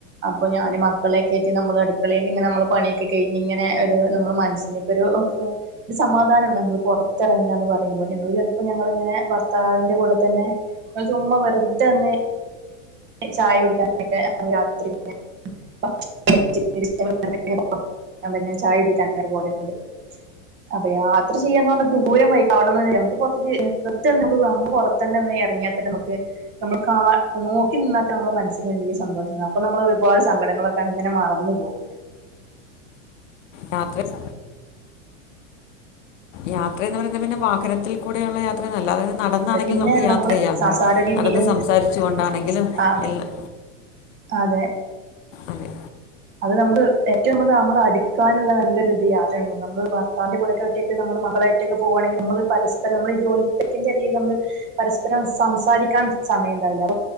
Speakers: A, on the right (about 30°); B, on the left (about 75°).
A: അപ്പൊഞാന് മ മക്കളെക്കേറ്റി നമ്മള് അടുക്കളേല് ഇങ്ങനെ നമ്മള് പണിയൊക്കെ കയിഞ്ഞിങ്ങനെ ഒരു നമ്മളെ മനസ്സിലേക്കൊരു സമാധാനം നമ്മളുപൊറത്തിറങ്ങാന്നു പറയുമ്പോ ഞങ്ങള് ചെലപ്പോ ഞങ്ങളിങ്ങനെ ഭർത്താവിന്റെ കൂടെതന്നെ അതുചുമ്മാ വെറുതെയൊന്ന് അതുചായകുടിക്കാനായിട്ട് രാത്രിയിങ്ങനെ <unintelligible> ഞാൻ പിന്നെ ചായുടിക്കാൻ ന്നേരം പോവലുണ്ട് അതെ യാത്രചെയ്യുമ്പോ അങ്ങ് ദൂരം വൈ അവിടന്ന് നമുക്ക് പൊറത്തിക്ക് <unintelligible> തന്നൊന്ന് എറങ്ങിയാതന്നെ നമുക്ക് നമ്മൾ കാ നോ ഇന്നത്തെ നമ്മുടെ മനസ്സിന് വല്യസന്തോഷമാണ് അപ്പൊ നമ്മൾ ഒരുപാട് സങ്കടങ്ങളൊക്കെ അങ്ങനെ മറന്നുപോകും
B: യാത്രേം യാത്രയെന്നു പറയുന്നത് പിന്നെ വാഹനത്തിൽ കൂടെയുള്ള യാ ത്രയാണ് അല്ലാതെ നടന്നാണെങ്കിലും
A: പിന്നെ
B: നമുക്കുയാത്രചെയ്യാം
A: നമ്മള് സംസാര
B: പൊരെ
A: രീതി
B: നടന്നു സംസാരിച്ചുകൊണ്ടാണെങ്കിലും
A: അതെ
B: എല്ലാം
A: അതെ
B: അതെ
A: അതുനമുക്ക് ഏറ്റവും കൂടുതൽ നമ്മള് അടുക്കാനുള്ള നല്ലൊരിത് യാത്രയാണ് നമ്മള് ഭർത്താവിന്റെ കൂടൊക്കെ ഒറ്റക്ക് നമ്മള് മകളായിട്ടൊക്കെ പോവാണെങ്കി നമ്മള് പരസ്പരം നമ്മള് ഈ ജോലിതെരക്കിന്റെ ഇടയിൽ നമ്മള് പരസ്പരം സംസാരിക്കാൻ സമയൊണ്ടാവില്ലാ